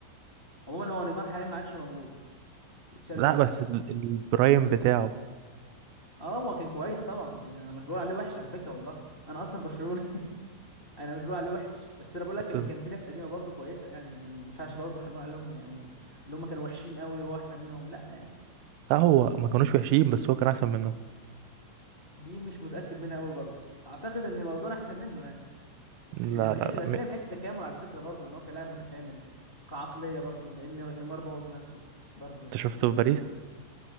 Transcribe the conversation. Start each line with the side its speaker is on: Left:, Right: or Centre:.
Left: عموما هو نيمار حاليا ما عادش موجود اتشال
Right: لا
Left: من اللعب
Right: بس ال- البرايم بتاعه
Left: اه هو كان كويس طبعا يعني انا مش بقول عليه وحش على فكره والله انا اصلا برشلوني <laughs> انا مش بقول عليه وحش بس انا بقول لك
Right: بس
Left: ان كان في ناس قديمه برضه كويسه يعني ما ما ينفعش برضه هنقول عليهم يعني اللي هم كانوا وحشين قوي وهو احسن منهم لا يعني
Right: لا هو ما كانوش وحشين بس هو كان احسن منهم
Left: دي مش متاكد منها قوي برضه اعتقد ان مارادونا احسن منه يعني
Right: لا
Left: يعني انا بحس
Right: لا لا
Left: بتكلم
Right: م-
Left: في حته التكامل على فكره برضه ان هو كلاعب متكامل كعقليه برضه لان نيمار بوظ نفسه برضه يعني
Right: انت شفته
Left: دي حاجه
Right: في
Left: احنا
Right: باريس